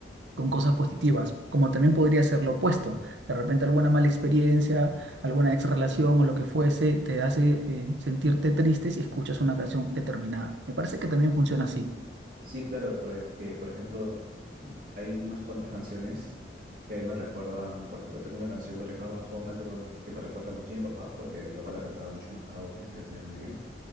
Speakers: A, on the right; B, on the right.
A: con cosas positivas, como también podría ser lo opuesto. De repente alguna mala experiencia, alguna ex relación o lo que fuese te hace eh, sentirte triste si escuchas una canción determinada. Me parece que también funciona así.
B: Sí, claro, porque, por ejemplo, hay unas cuantas canciones que me recuerdan, por ejemplo, tengo una canción de Ricardo Arjona que me, que me recuerda mucho a mi papá, porque mi papá la cantaba mucho en los karaoke y la hacía muy bien.